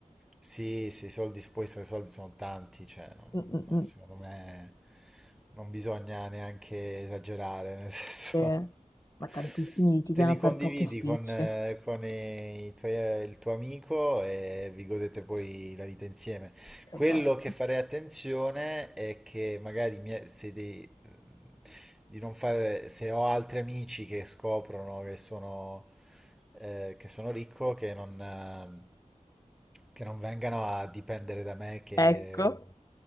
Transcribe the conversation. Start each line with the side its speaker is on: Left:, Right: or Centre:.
Centre: Sì, sì, i soldi, poi so, i suoi soldi sono tanti, cioè, non-
Left: Mm, mm,
Centre: ma
Left: mm.
Centre: secondo me non bisogna neanche esagerare, nel senso,
Left: Eh, ma
Centre: <laughs>
Left: tantissimi litigano
Centre: te li
Left: per
Centre: condividi
Left: pochi spicci.
Centre: con, eh, con i tuoi- il tuo amico e vi godete poi la vita insieme.
Left: Cioè,
Centre: Quello
Left: boh.
Centre: che farei attenzione è che magari mi- se dei- di non fare, se ho altri amici che scoprono che sono, eh, che sono ricco, che non, eh, che non vengano a dipendere da me che
Left: Ecco,